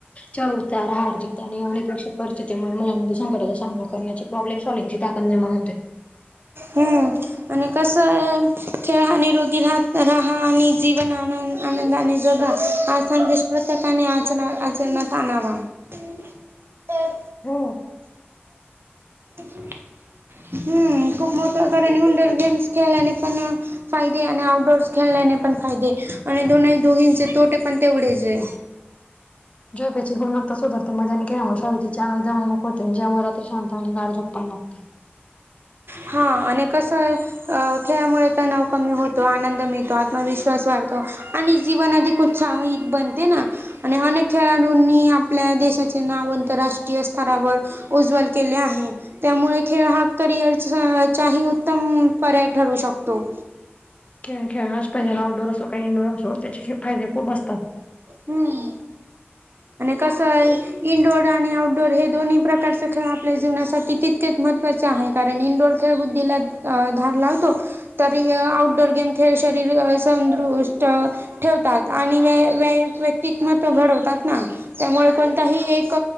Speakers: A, on the left (about 30°); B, on the right (about 60°).
A: चढ उतार, हारजीत आणि अनपेक्षित परिस्थितीमुळे मुलांमध्ये संकटाचा सामना करण्याची- प्रॉब्लेम सॉलव्हिंगची ताकत निर्माण होते.
B: हं. आणि कसं आहे? खेळानी निरोगी राहा आणि जीवन आनंद- आनंदाने जगा. हा संदेश प्रत्येकाने आचरणात आणावा. तर
A: हो.
B: हम्म. खूप मोठ्या <unintelligible> गेम्स खेळल्याने पण फायदे आणि आउटडोअर्स- खेळल्याने पण फायदे आणि दोनही दोघींचे तोटे पण तेवढेच आहे.
A: झोपेची गुणवत्ता सुधारते. <unintelligible> ज्यामुळे शांत आणि गाढ झोप पण लागते.
B: हा. आणि कसं आहे? अ? खेळामुळे तणाव कमी होतो, आनंद मिळतो, आत्मविश्वास वाढतो. आणि जीवन अधिक उत्साहित बनते ना? आणि अनेक खेळाडूंनी आपल्या देशाचे नाव आंतरराष्ट्रीय स्तरावर उज्ज्वल केले आहे. त्यामुळे खेळ हा करिअर चाही उत्तम पर्याय ठरू शकतो.
A: खेळ खेळण्याच पाहिजे आउडोर असो का इंडोअर असो त्याचे ख फादे खूप असतात.
B: हम्म. आणि कसय इनडोअर आणि आउटडोअर हे दोन्ही प्रकारचे खेळ आपल्या जीवनासाठी ति तेत महत्त्वाचे आहे कारण इंडोर खेळबुद्धीला धार लावतो तरी आउटडोअर गेम खेळ शरीर संदुष्ट ठेवतात आणि व व व्यक्तिकमत्व घडवतात ना. त्यामुळे कोणताही एक